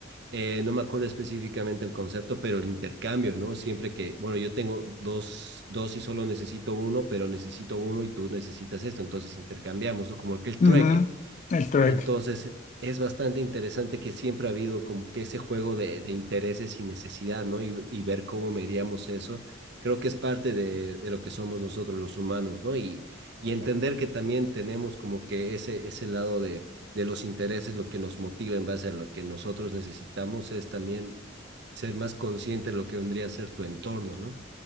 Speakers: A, on the right; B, on the left.
A: eh, no me acuerdo específicamente el concepto, pero el intercambio, ¿no? Siempre que, bueno, yo tengo dos, dos y solo necesito uno, pero necesito uno y tú necesitas esto, entonces intercambiamos, ¿no? Como que el trueque,
B: Ujú, El trek.
A: entonces, es bastante interesante que siempre ha habido como que ese juego de, de intereses y necesidad, ¿no? Y, y ver cómo mediamos eso. Creo que es parte de, de lo que somos nosotros los humanos, ¿no? Y, y entender que también tenemos como que ese, ese lado de, de los intereses, lo que nos motiva en base a lo que nosotros necesitamos, es también ser más consciente de lo que vendría a ser tu entorno, ¿no?